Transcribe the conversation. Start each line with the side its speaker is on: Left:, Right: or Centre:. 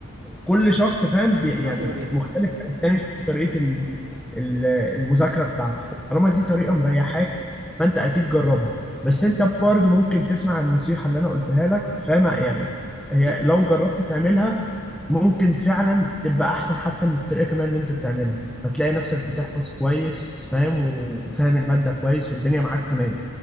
Centre: كل شخص فاهم بي-
Right: ادرى
Centre: يعني
Right: بيها
Centre: مختلف عن التاني في طريقة ال- ال- المذاكرة بتاعته طالما
Right: مم.
Centre: دي طريقة مريحاك فأنت أكيد جربها بس أنت برضه ممكن تسمع النصيحة اللي أنا قلتها لك فاهم يعني
Right: اكيد
Centre: هي لو جربت تعملها ممكن فعلا تبقى أحسن حتى من الطريقة كمان اللي أنت بتعملها فتلاقي نفسك بتحفظ كويس فاهم وفاهم المادة كويس والدنيا معاك تمام